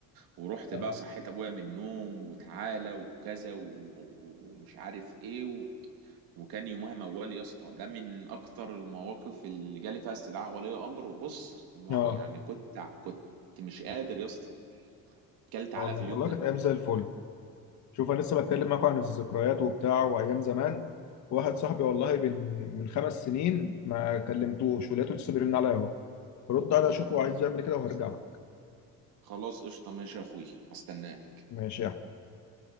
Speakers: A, on the right; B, on the left.
A: ورحت
B: اه
A: بقى صحيت ابويا من النوم وتعالى وكذا و- و- ومش عارف ايه و... وكان يومها موال يا اسطى ده من اكتر المواقف اللي جالي فيها استدعاء ولي امر وبص وما
B: اه
A: يعني كنت كنت مش قادر يا اسطى كلت علقه
B: آه، والله
A: في اليوم
B: والله
A: ده
B: كانت ايام زي الفل شوف انا لسه بتكلم معاكم عن الذكريات وبتاع وايام زمان واحد صاحبي والله من من خمس سنين ما كلمتوش ولقيته لسه بيرن عليا اهو رد عليه
A: يا
B: اشوفه
A: عم
B: عايز يعمل كده وهرجع
A: اصلا خلاص قشطه ماشي يا اخويا هستناك
B: ماشي يا